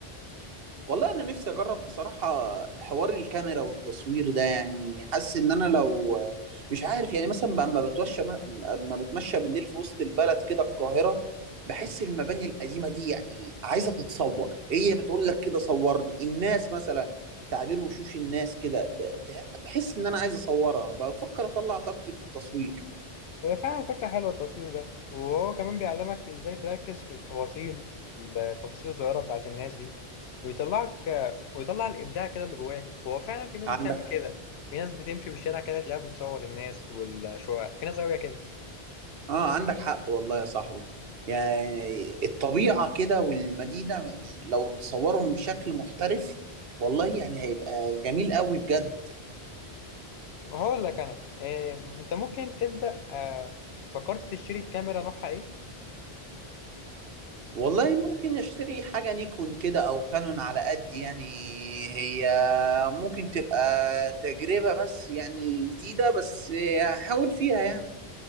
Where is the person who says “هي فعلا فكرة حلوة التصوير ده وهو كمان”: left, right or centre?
Left